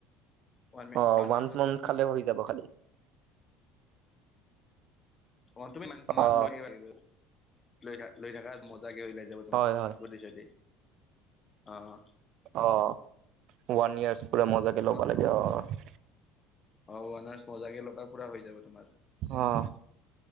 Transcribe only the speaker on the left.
ওৱান
মান্থৰ ভিতৰত
তুমি
অ' তুমি মান্থ মান্থ
লৈ থাকিব লাগিব ল-লৈ থাকা মজাকে লৈ <unintelligible>
বডি চডি, অ', অ'।
তোমাৰ
অ' ওৱান ৱাৰ্চ মজাকে ল'বা পুৰা হৈ যাব তোমাৰ।